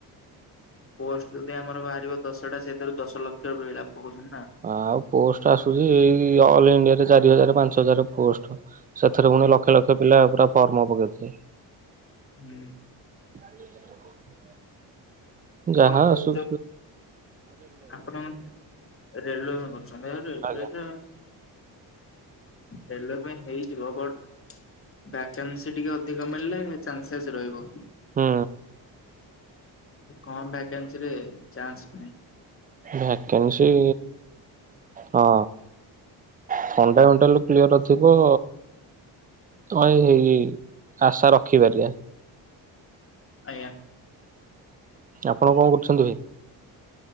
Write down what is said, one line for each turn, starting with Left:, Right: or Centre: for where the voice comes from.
Left: ପୋଷ୍ଟ ଯଦି ଆମର ବାହାରିବ ଦଶଟା ସେଥିରୁ ଦଶ ଲକ୍ଷ ପିଲା ପକଉଛନ୍ତି ନା।
Right: ଆଉ ପୋଷ୍ଟ ଆସୁଛି ଏଇ ଅଲ ଇଣ୍ଡିଆରେ ଚାରି ହଜାର, ପାଞ୍ଚ ହଜାର ପୋଷ୍ଟ। ସେଥିରେ ପୁଣି ଲକ୍ଷ ଲକ୍ଷ ପିଲା ପୁରା ଫର୍ମ ପକେଇଥିବେ।
Left: ହୁଁ।
Right: <inaudible>
Left: ଆପଣ
Right: ଯାହା
Left: କୋଉ
Right: ଆସୁ
Left: ଜବ୍ ଆପଣ ରେଲୱେ କରୁଛନ୍ତି ଆଉ ରେଲୱରେ
Right: ଆଜ୍ଞା
Left: ରେଲୱେ ପାଇଁ ହେଇଯିବ ବଟ ଭ୍ୟାକେନ୍ସି ଟିକେ ଅଧିକ ମିଳିଲେ ଚାନ୍ସେସ୍ ରହିବ।
Right: ହୁଁ।
Left: କମ ଭକ୍ୟଂଶିରେ ଚାନ୍ସ ନାଁ
Right: ଭାକେଂଶି। ହଁ ଥଣ୍ଡାଣ୍ଡ କ୍ଲିୟରଥିବ ତ ଏଇ ଏଇ ଏଇ ଆଶା ରଖିପାରିବା।
Left: ଆଜ୍ଞା।
Right: ଆପଣ କଣ କରୁଚନ୍ତି ଭାଇ?